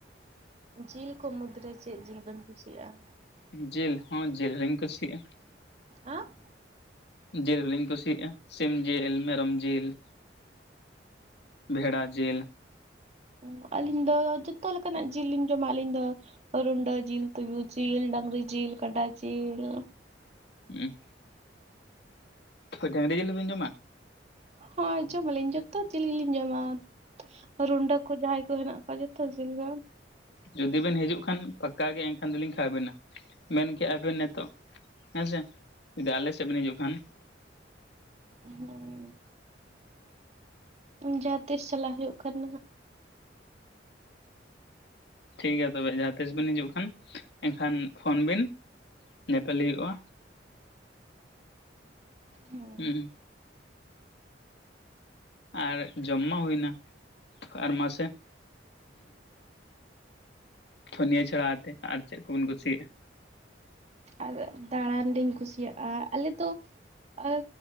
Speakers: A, on the right; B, on the left.
A: ᱡᱤᱞ ᱠᱚ ᱢᱩᱫᱽᱨᱮ ᱪᱮᱫ ᱡᱤᱞ ᱵᱤᱱ ᱠᱩᱥᱤᱭᱟᱜᱼᱟ?
B: ᱡᱤᱞ ᱦᱚᱸ ᱡᱤᱞ ᱞᱤᱧ ᱠᱩᱥᱤᱭᱟᱜᱼᱟ᱾
A: ᱟᱸᱼ
B: ᱡᱤᱞ ᱦᱚ ᱞᱤᱧ ᱠᱩᱥᱤᱭᱟᱜᱼᱟ, ᱥᱤᱢ ᱡᱤᱞ, ᱢᱮᱨᱚᱢ ᱡᱤᱞ ᱾ ᱵᱷᱮᱲᱟ ᱡᱤᱞ ᱾
A: ᱚ ᱟᱹᱞᱤᱧ ᱫᱚ ᱡᱚᱛᱚ ᱞᱮᱠᱟᱱᱟᱜ ᱡᱤᱞ ᱞᱤᱧ ᱡᱚᱢᱟ ᱟᱹᱞᱤᱧ ᱫᱚ ᱾ ᱨᱩᱸᱰᱟᱹ ᱡᱤᱞ, ᱛᱩᱭᱩ ᱡᱤᱞ, ᱰᱟᱝᱨᱤ ᱡᱤᱞ, ᱠᱟᱰᱟ ᱡᱤᱞ‌ ᱾
B: ᱦᱩᱸ <unintelligible> ᱰᱟᱝᱨᱤ ᱡᱤᱞ ᱦᱚᱸᱵᱤᱱ ᱡᱚᱢᱟ?
A: ᱦᱳᱭ ᱡᱚᱢᱟᱞᱤᱧ ᱡᱚᱛᱚ ᱡᱤᱞ ᱜᱮᱞᱤᱧ ᱡᱚᱢᱟ ᱾ ᱨᱩᱸᱰᱟᱹ ᱠᱚ ᱡᱟᱦᱟᱸᱭ ᱠᱚ ᱦᱮᱱᱟᱜ ᱠᱚᱣᱟ ᱡᱚᱛᱚ ᱡᱤᱞ ᱜᱮ ᱾
B: ᱡᱩᱫᱤ ᱵᱮᱱ ᱦᱤᱡᱩᱜ ᱠᱷᱟᱱ ᱯᱟᱠᱠᱟ ᱜᱮ ᱮᱱᱠᱷᱟᱱ ᱫᱚᱞᱤᱧ ᱠᱷᱟᱣᱟᱣ ᱵᱤᱱᱟ ᱢᱮᱱ ᱠᱮᱜᱼᱟᱵᱤᱱ ᱱᱤᱛᱚᱜ᱾ ᱦᱮᱸᱥᱮ ᱡᱩᱫᱤ ᱟᱞᱮ ᱥᱮᱫ ᱵᱮᱱ ᱦᱤᱡᱩᱜ ᱠᱷᱟᱱ᱾
A: ᱦᱳᱭ ᱡᱟᱦᱟᱸᱛᱤᱥ ᱪᱟᱞᱟᱜ ᱦᱩᱭᱩᱜ ᱠᱷᱟᱱ ᱫᱚ ᱦᱟᱸᱜ᱾
B: ᱴᱷᱤᱠ ᱜᱮᱭᱟ ᱛᱚᱵᱮ ᱡᱟᱦᱟᱸ ᱛᱤᱥ ᱵᱤᱱ ᱦᱤᱡᱩᱜ ᱠᱷᱟᱱ ᱮᱱᱠᱷᱟᱱ ᱯᱷᱳᱱ ᱵᱤᱱ ᱧᱮᱯᱮᱞ ᱦᱩᱭᱩᱜᱼᱟ᱾
A: ᱦᱳᱭ
B: ᱦᱩᱸ ᱟᱨ ᱡᱚᱢ ᱢᱟ ᱦᱩᱭᱱᱟ ᱟᱨ ᱢᱟᱥᱮ ᱱᱤᱭᱟᱹ ᱪᱷᱟᱲᱟ ᱟᱨ ᱪᱮᱫ ᱠᱚ ᱵᱤᱱ ᱠᱩᱥᱤᱭᱟᱜᱼᱟ?
A: ᱟᱨ ᱫᱟᱬᱟᱱ ᱞᱤᱧ ᱠᱩᱥᱤᱭᱟᱜᱼᱟ᱾ ᱟᱞᱮ ᱫᱚ ᱟᱨ